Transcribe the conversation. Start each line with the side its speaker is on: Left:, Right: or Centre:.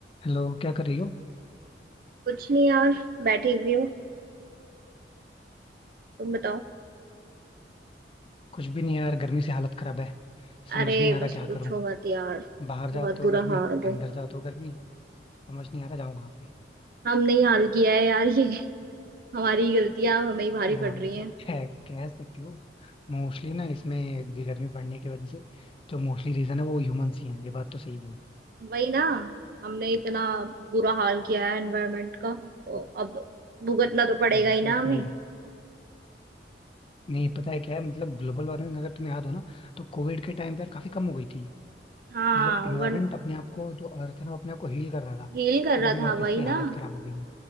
Left: Hello क्या कर रही हो
Right: कुछ नहीं यार बैठी हुई हूँ तुम बताओ
Left: कुछ भी नहीं यार गर्मी से हालत खराब है समझ
Right: अरे
Left: नहीं आ रहा
Right: बस
Left: क्या
Right: पूछो
Left: करूं
Right: मत यार
Left: बाहर जाओ
Right: बहुत
Left: तो
Right: बुरा
Left: गर्मी
Right: हाल
Left: अंदर
Right: है
Left: जाओ तो गर्मी समझ नहीं आ रहा जाऊं कहाँ पे
Right: हमने ही हाल किया है यार ये हमारी गलतियां अब हमें ही भारी
Left: नहीं हाँ
Right: पड़
Left: मतलब
Right: रही हैं
Left: है कह सकती हो मोस्टली ना इसमें ये गर्मी पड़ने की वजह से जो मोस्टली रीजन है वो ह्यूमंस ही हैं ये बात तो सही हुई
Right: वही ना हमने इतना बुरा हाल किया है एनवायरनमेंट का तो अब भुगतना तो पड़ेगा
Left: Exactly
Right: ही ना हमें
Left: exactly. नहीं पता है क्या है मतलब ग्लोबल वार्मिंग अगर तुम्हें याद हो ना तो कोविड के टाइम पर काफी कम हो गई थी
Right: हाँ
Left: मतलब इन्वायरमेंट
Right: वन
Left: अपने आप को जो अर्थ है ना वो अपने आप को हील कर रहा था
Right: हील कर
Left: बट
Right: रहा
Left: अभी
Right: था
Left: वापस
Right: वही
Left: से
Right: ना
Left: हालत खराब हो गई है